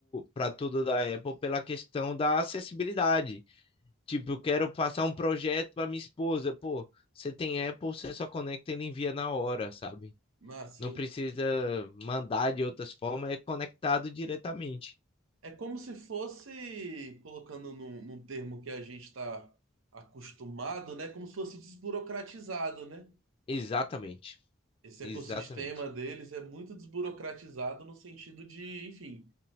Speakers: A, on the left (about 30°); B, on the right (about 80°).
A: para tudo da Apple pela questão da acessibilidade. Tipo, eu quero passar um projeto para minha esposa. Pô, você tem Apple, você só conecta e ele envia na hora, sabe?
B: Ah, sim.
A: Não precisa mandar de outras formas, é conectado diretamente.
B: É como se fosse, colocando num, num termo que a gente está acostumado, né? Como se fosse desburocratizado, né?
A: Exatamente,
B: esse
A: exatamente.
B: ecossistema deles é muito desburocratizado no sentido de, enfim,